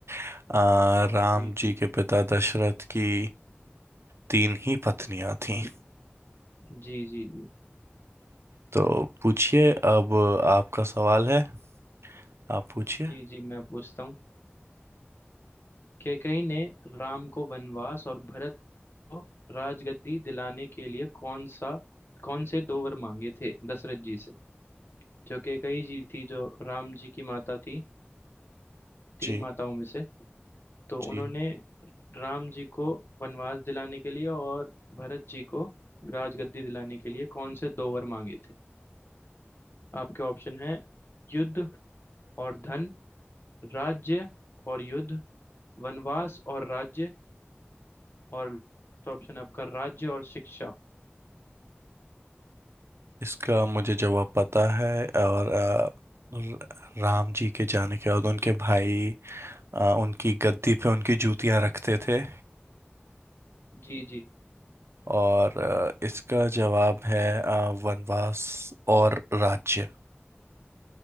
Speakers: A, on the right; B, on the left.
A: आ, राम
B: जी जी
A: जी के पिता दशरथ की तीन ही पत्नियां थीं
B: जी जी जी
A: तो पूछिए अब आपका सवाल है आप पूछिए
B: जी जी मैं पूछता हूँ कैकई ने राम को वनवास और भरत को राजगद्दी दिलाने के लिए कौन सा कौन से दो वर मांगे थे दशरथ जी से जो कैकई जी थी जो राम जी की माता थी तीन
A: जी
B: माताओं में से तो
A: जी
B: उन्होंने राम जी को वनवास दिलाने के लिए और भरत जी को राजगद्दी दिलाने के लिए कौन से दो वर मांगे थे आपके ऑप्शन है युद्ध और धन राज्य और युद्ध वनवास और राज्य और ऑप्शन आपका राज्य और शिक्षा
A: इसका मुझे जवाब पता है और आ, र- राम जी के जाने के बाद उनके भाई आ, उनकी गद्दी पे उनकी जूतियां रखते थे
B: जी जी
A: और अ, इसका जवाब है अ, वनवास और राज्य